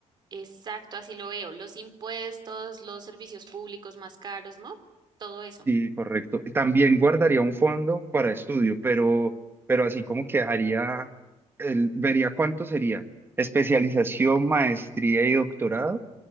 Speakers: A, on the right; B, on the right.
A: Exacto, así lo veo. Los impuestos, los servicios públicos más caros, ¿no? Todo eso.
B: Sí, correcto. También guardaría un fondo para estudio, pero, pero así como que haría, el, vería cuánto sería especialización, maestría y doctorado